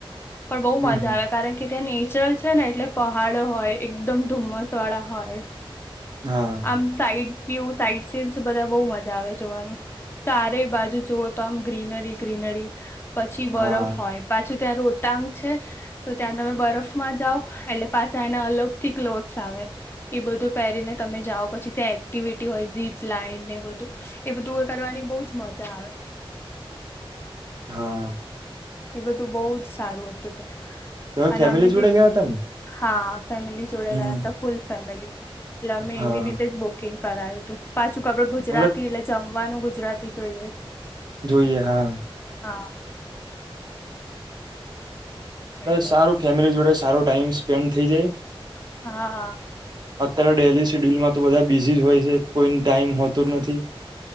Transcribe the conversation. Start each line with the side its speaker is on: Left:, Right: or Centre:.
Left: પણ બહુ
Right: હમ
Left: મજા
Right: હમ
Left: આવે કારણ કે ત્યાં નેચરલ છે ને એટલે પહાડ હોય એકદમ ધુમ્મસ વાળા હોય
Right: હા
Left: આમ સાઈડ ્ય સાઈટ સીન્સ બધા બહુ મજા આવે જોવાનું ચારેય બાજુ જુઓ તો આમ ગ્રીનરી ગ્રીનરી પછી બરફ
Right: હા
Left: હોય પાછું ત્યાં રોતાાંગ છે તો ત્યાં તમે બરફમાં જાાવ એટલે પાછા એના અલગથી કલો આવે એ બધું પહેરીને તમે જાઓ પછી ત્યાં એક્ટિવિટી હોય ીપ લાઈને બધું એ બધું કરવાની બહુ જ મજા આવે
Right: હા
Left: એ બધું બહુ જ સારું હતું ત
Right: તમે
Left: અને
Right: ફેમિલી
Left: અમે
Right: જોડે
Left: જે
Right: ગયા હતા ને
Left: હા ફેમિલી જોડે
Right: હમ
Left: રહ્યા હતા ફૂલ ફેમિલી એટલે અમે
Right: હા
Left: એવી રીતે જ બુકિંગ કરાયું હતું પાછું કડું ગુજરાતી
Right: મતલબ
Left: એટલે જમવાનું ગુજરાતી જોઈએ
Right: જોઈએ હા
Left: હા એટલે
Right: સારું ફેમિલી જોડે સારો ટાઈમ સ્પેન્ડ થઇ જાય.
Left: હા હા.
Right: અત્યારે ડેલી શેડ્યુલમાં તો બધા બિઝી જ હોય છે કોઈ ટાઈમ હોતો જ નથી.